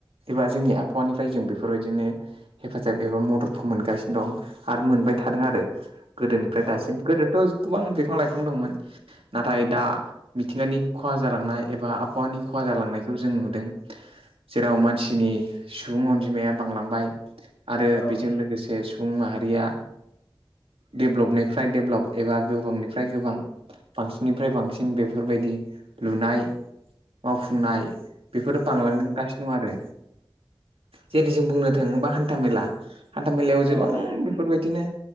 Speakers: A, on the right; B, on the left.
A: एबा जोंनि आबहावानिफ्राय जों बेफोरबायदिनो हेफाजाब एबा मददखौ मोनगासिनो दं आरो मोनबाय थादों आरो। गोदोनिफ्राय
B: औ
A: दासिम गोदोथ' गोबां बिफां लाइफां दंमोन नाथाय
B: औ
A: दा मिथिंगानि खहा जालांनाय एबा आबहावानि खहा
B: औ
A: जालांनाय बेखौ जों नुदों जेराव मानसिनि सुबुं अनजिमाया बांलांबाय। आरो
B: औ
A: बेजों लोगोसे सुबुं माहारिया डेभ्लपनिफ्राय डेभ्लप एबा गोबांनिफ्राय गोबां बांसिननिफ्राय बांसिन बेफोरबायदि लुनाय मावफुंनाय बेफोरो बांलांदोगासिनो
B: औ नंगौ
A: दङ आरो जेरै जों बुंनो थाङोबा हान्था मेला हान्था मेलायाव गोबां
B: औ औ
A: बेफोरबायदिनो